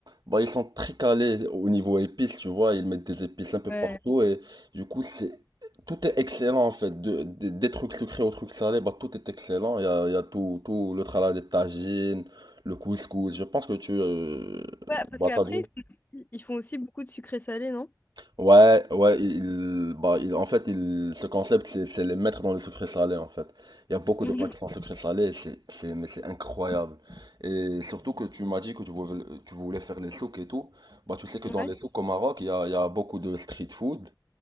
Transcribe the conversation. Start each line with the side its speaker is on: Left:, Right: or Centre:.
Right: Bah, ils sont très calés au niveau épices, tu vois. Ils mettent des épices un peu
Left: Ouais.
Right: partout et du coup, c'est... Tout est excellent en fait. De- de- des trucs sucrés aux trucs salés, bah, tout est excellent. Il y a, il y a tout, tout le tralala des tagines, le couscous. Je pense que tu... Euh...
Left: Ouais, parce
Right: Bah,
Left: qu'après,
Right: t'as dû-
Left: ils font aussi ils font aussi beaucoup de sucré salé, non?
Right: Ouais, ouais, il, bah, il, en fait, il, ce concept, c'est c'est les mettre dans le sucré salé, en fait. Il y a
Left: <laughs>
Right: beaucoup
Left: Mhm.
Right: de plats qui sont sucré salé, c'est, c'est, mais c'est incroyable. Et surtout que tu m'as dit que tu voulais, tu voulais faire les souks et tout. Bah, tu sais que
Left: Ouais.
Right: dans les souks au Maroc, il y a, il y a beaucoup de street food.